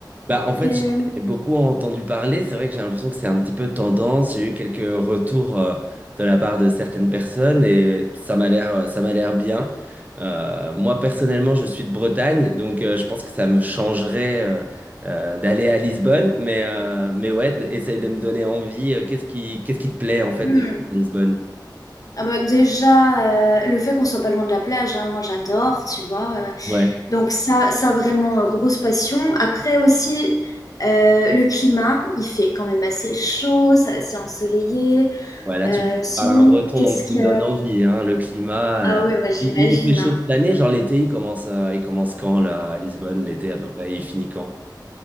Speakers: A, on the right; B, on the left.
A: Bah, en fait,
B: que-
A: j'en ai beaucoup entendu parler. C'est vrai que j'ai l'impression que c'est un petit peu tendance. J'ai eu quelques retours euh, de la part de certaines personnes et ça m'a l'air, euh, ça m'a l'air bien. Euh, moi, personnellement, je suis de Bretagne, donc euh, je pense que ça me changerait euh, euh, d'aller à Lisbonne. Mais, euh, mais ouais, d- essaye de me donner envie. Euh, Qu'est-ce qui, qu'est-ce qui te plaît en fait
B: Hmm.
A: euh, à Lisbonne?
B: Ah bah, déjà euh, le fait qu'on soit pas loin de la plage, hein, moi j'adore, tu vois. euh,
A: Ouais.
B: Donc ça, ça vraiment, euh, grosse passion. Après aussi, euh, le climat, il fait quand même assez chaud, ça- c'est ensoleillé.
A: Ouais, là,
B: Euh,
A: tu
B: sinon,
A: parles à un breton,
B: qu'est-ce
A: donc
B: que...
A: tu me donnes envie, hein, le climat.
B: Ah
A: euh,
B: ouais, bah, j'imagine.
A: Il, il- il fait chaud
B: hein.
A: toute l'année, genre l'été, il commence, euh, il commence quand, là, à Lisbonne, l'été à peu près, et il finit quand?